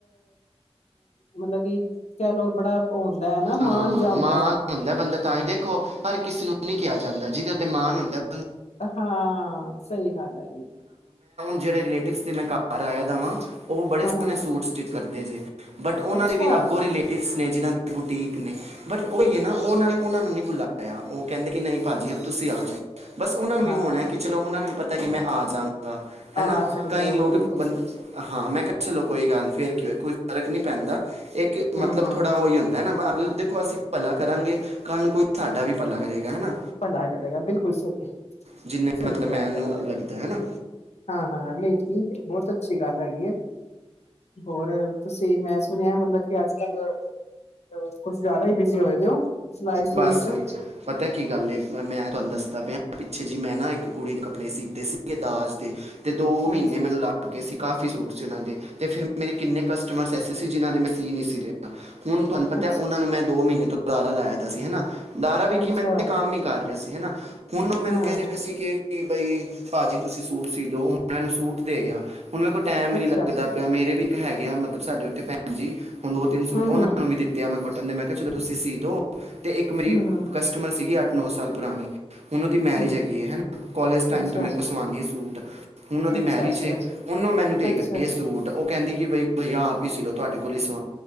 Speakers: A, on the left; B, on the right.
A: ਮਤਲਬ ਕਿ ਕਹਿ ਲਓ ਬੜਾ ਉਹ ਹੁੰਦਾ ਹੈ ਨਾ
B: ਹਾਂ
A: ਮਾਣ ਜਾ
B: ਮਾਂਣ
A: ਹੁੰਦਾ, ਹੈ।
B: ਹੁੰਦਾ ਬੰਦਾ ਤਾਂ ਹੀ ਦੇਖੋ ਹਰ ਕਿਸੇ ਨੂੰ ਨੀ ਕਿਹਾ ਜਾਂਦਾ ਜੀ ਦੇ ਉੱਤੇ ਮਾਣ ਹੁੰਦਾ ਏ
A: ਹਾਂ ਸਹੀ ਗੱਲ ਹੈ ਜੀ
B: ਜਿੜੇ ਰਿਲੇਟਿਵ ਦੇ ਮੈਂ ਘਰ ਆਇ ਦਾ ਉਹ ਬੜੇ
A: ਹਾਂ-ਹਾਂ,
B: ਸੋਹਣੇ ਸੂਟ ਸਟਿਚ ਕਰਦੇ ਜੇ ਬਟ ਉਹਨਾਂ
A: ਅੱਛਾ-ਅੱਛਾ,
B: ਦੇ ਵੀ ਅੱਗੋਂ ਰਿਲੇਟਿਵਸ ਨੇ ਜਿਨ੍ਹਾਂ ਬੁਟੀਕ ਨੇ ਬਟ ਉਈਏ ਨਾ ਉਹਨਾਂ ਨੇ ਉਹਨਾਂ ਨੂੰ ਨਹੀਂ ਬੁਲਾਇਆ ਉਹ ਕਹਿੰਦੇ ਕਿ ਨਹੀਂ ਭਾਅ ਜੀ ਤੁਸੀਂ ਆ ਜਾਓ ਬਸ ਉਹਨਾਂ ਨੂੰ ਵੀ
A: ਹਾਂ
B: ਹੋਣਾ ਹੈ ਕਿ ਚਲੋ ਉਹਨਾਂ ਨੂੰ ਵੀ ਪਤਾ ਕਿ ਮੈਂ ਆ ਜਾਾਂਗਾ ਹੈ
A: ਆ
B: ਨਾ
A: ਸਕਦੇ
B: ਕਈ
A: ਹੋ
B: ਲੋਕ
A: ਬਿਲਕੁਲ
B: ਬ
A: ਸਹੀ,
B: ਹਾਂ ਮੈਂ ਕਿਹਾ ਚਲੋ ਕੋਈ ਗੱਲ ਫੇਿਰ ਕਿਂ ਕੋਈ ਫ਼ਰਕ ਨਹੀਂ ਪੈਂਦਾ ਇੱਕ
A: ਹੂੰ-ਹੂੰ।
B: ਮਤਲਬ ਥੋੜ੍ਹਾ ਉਹੀ ਹੁੰਦਾ ਨਾ ਦੇਖੋ ਅਸੀਂ ਭਲਾ ਕਰਾਂਗੇ ਕੱਲ੍ਹ ਨੂੰ ਕੋਈ ਸਾਡਾ ਵੀ ਭਲਾ ਕਰੇਗਾ ਹੈ ਨਾ
A: ਭਲਾ ਕਰੇਗਾ ਬਿਲਕੁਲ ਸਹੀ ਏ
B: ਜਿੰਨੇ
A: ਸਹੀ
B: ਮਤਲਬ ਮੈਨੂੰ
A: ਗੱਲ ਹੈ
B: ਲੱਗਦਾ ਹੈ ਨਾ
A: ਹਾਂ ਹਾਂ ਨਹੀਂ ਠੀਕ ਹੈ ਬਹੁਤ ਅੱਛੀ ਗੱਲ ਹੈਗੀ ਹੈ ਹੋਰ ਤੁਸੀਂ ਮੈਂ ਸੁਣਿਆ ਮਤਲਬ ਕਿ ਅੱਜ ਕੱਲ ਕੁਛ ਜ਼ਿਆਦਾ ਹੀ ਬਿਜ਼ੀ ਹੋਏ ਦੇ ਹੋ ਸਿਲਾਈ ਸਲੂਈ
B: ਬਸ
A: ਚ
B: ਪਤਾ ਏ ਕੀ ਗੱਲ ਏ ਮੈਂ ਤੁਹਾਨੂੰ ਦੱਸਦਾ ਪਿਆ ਪਿੱਛੇ ਜੀ ਮੈਂ ਨਾ ਇੱਕ ਕੁੜੀ ਦੇ ਕੱਪੜੇ ਸੀਤੇ ਸੀਗੇ ਦਾਜ ਦੇ ਤੇ ਦੋ ਮਹੀਨੇ
A: ਅੱਛਾ
B: ਮੈਨੂੰ ਲੱਗ ਗਏ ਸੀ ਕਾਫੀ ਸੂਟ ਸੀਨਾਂ ਦੇ ਫਿਰ ਮੇਰੇ ਕਿੰਨੇ ਕਸਟਮਰੇ ਸੀ ਜਿਨਾਂ ਦੇ ਮੈਂ ਸੀ ਨਹੀਂ ਸੀ ਰਿਹਾ ਹੁਣ ਤੁਹਾਨੂੰ ਪਤਾ
A: ਅੱਛਾ
B: ਉਹਨਾਂ ਨੂੰ ਮੈਂ ਦੋ ਮਹੀਨੇ ਲਾਰਾ ਲਾਇਆ ਦਾ ਸੀ ਹਨਾ। ਦਾਰਾ ਵਿਕੀ
A: ਅੱਛਾ
B: ਮੈਂ ਇ ਕੰਮ ਨ ਕਰ ਰਿਹਾ। ਅਸੀ ਹਨਾ ਹੁਣ ਉਹ ਮੈਨੂੰ
A: ਹਾਂ
B: ਕਹਿਦੇ
A: ਹਾਂ
B: ਪਏ ਸੀ ।ਕਿ ਕਿ ਬਈ ਭਾਜੀ ਤੁਸੀਂ ਸੂਟ ਸੀਦੋ ਹੁਣ ਇਹਨੂੰ ਸੂਟ ਦੇ ਗਿਆ। ਹੁਣ ਮੇਰੇ ਕੋਲ ਟਾਈਮ
A: ਅੱਛਾ
B: ਹੀ ਨੀ ਲਗਦਾ ਪਿਆ ਮੇਰੇ ਵੀ ਹੈਗੇ ਆ ਮਤਲਬ ਸਾਡੇ ਉੱਥੇ ਭੈਣ ਜੀ ਹੁਣ ਦੋ ਤਿੰਨੂ ਸੂਟ
A: ਹਮ
B: ਉਹ ਨੂੰ
A: ਹਮ
B: ਵੀ ਦਿੱਤੇ ਮੈਂ ਮੈਨੇ ਮੈਂ ਕਿਹਾ ਚਲੋ ਤੁਸੀਂ ਸੀ ਦੋ ਅਤੇ ਇੱਕ ਮੇਰੀ
A: ਹਮ ਹਮ
B: ਕਸਟਮਰ ਸੀਗੀ ਆ ਨੌ ਸਾਲ ਪੁਰਾਣੀ ਹੁਣ ਉਹਦੀ ਮੈਰਿਜ
A: ਹਮ
B: ਹੈਗੀ ਹੈ। ਕੋਲੇਜ ਟਾਈਮ
A: ਅੱਛਾ
B: ਤੋਂ ਮੇਰੇਲ ਸਵਾਉਂਦੀ ਹੈ ਸੂਟ <inaudible> ਹੁਣ ਉਹਦੀ
A: ਅੱਛਾ
B: ਮੈਰਿਜ
A: ਅੱਛਾ
B: ਏ ੳ ਮੈਨੂੰ ਦੇ
A: ਅੱਛਾ
B: ਗੀ ਹੈ ਸੂਟ, ਉਹ ਕਹਿੰਦੀ ਕਿ ਬਈ ਆਪ ਸੀ ਤੁਹਾਡੇ ਕੋਲ ਸਮ